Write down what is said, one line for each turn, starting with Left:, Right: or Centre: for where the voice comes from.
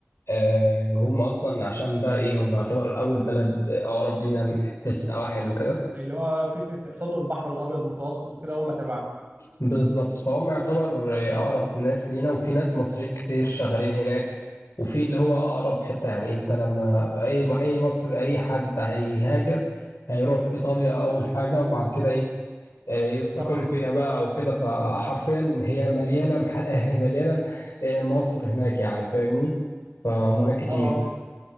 Left: آه، هم اصلا عشان بقى ايه هم يعتبر اول بلد اقرب لينا من حته السواحل وكده
Right: اللي هو فكره حوض البحر الابيض المتوسط وكده هم تبعنا
Left: بالظبط فهم يعتبر اقرب ناس لينا وفي ناس مصريين كتير شغالين هناك وفي اللي هو اقرب حته يعني انت لما اي اي مصري اي حد هيهاجر هيروح ايطاليا اول حاجه وبعد كده ايه آه، يستقر
Right: اه
Left: فيها بقى او كده فحرفيا هي مليانه محل <laughs> آه، مليانه آه، مصر هناك يعني فاهمني فهناك كتير
Right: اه آه.